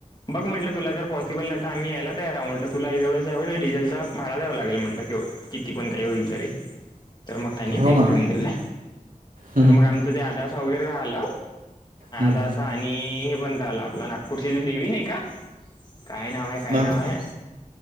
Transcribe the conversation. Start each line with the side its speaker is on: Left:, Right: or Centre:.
Left: बघ म्हटलं तुला जरॉसिबल नाही तरम्ही यायला तयारह म्हटलं तुला एवढंचवं डझलं भाड द्यां लागेल म्हटलं केव किती पण काही होईल तरी तर मग त्यांनी
Right: हो
Left: पे करून
Right: ना,
Left: दिलं
Right: हं,
Left: तर
Right: हं,
Left: मग आमचं ते आदासा वगैरे राहिलं
Right: हं,
Left: दा अस आणि हे पण राहिलं आपलं नागपूरची त देवी नाही का काय नाव आहे काय
Right: नाग
Left: नाव आहे